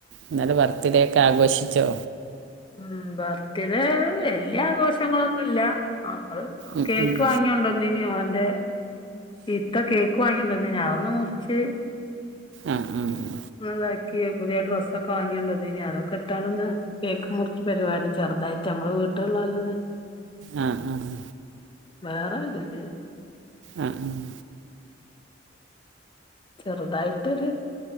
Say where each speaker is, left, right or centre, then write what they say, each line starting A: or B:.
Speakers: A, on the right; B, on the left.
A: ഇന്നലെ ബർത്ത്ഡേയൊക്കെ ആഘോഷിച്ചോ.
B: ഉം ബർത്ത്ഡേ വല്ല്യാഘോഷ ഷങ്ങളൊന്നുല്ല ആഹ് ങ്ങള്
A: ഉം
B: കേക്ക്
A: ഉം
B: വാങ്ങിയോണ്ടന്നീനി ഓന്റെ ഇത്ത കേക്ക് വാങ്ങിയൊണ്ടന്നീന് അതൊന്ന് മുർച്ച്
A: ആഹ് ആഹ്.
B: ഒന്ന്താക്കി പുതിയ ഡ്രസ്സൊക്കെ വാങ്ങിയൊണ്ടന്നീനി അതൊക്കെ ഇട്ടാണ്ട്ന്ന്. കേക്ക് മുർച്ച് പരിപാടി ചെറ്തായിട്ട് ഞ്ഞമ്മള വീട്ടല്ള്ളോലന്നെ.
A: ആഹ് ആഹ്.
B: വേറേ <unintelligible>
A: ആഹ് ആഹ്
B: ചെറുതായിട്ടൊര്.